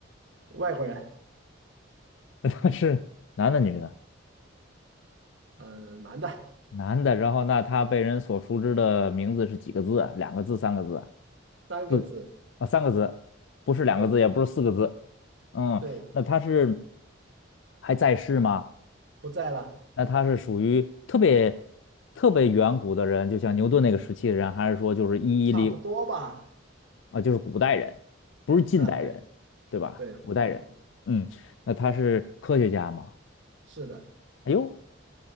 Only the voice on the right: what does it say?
外国人，
呃，男的，
三个字，
对
对，
不在了，
差不多吧，
嗯，对
对，
嗯，
是的，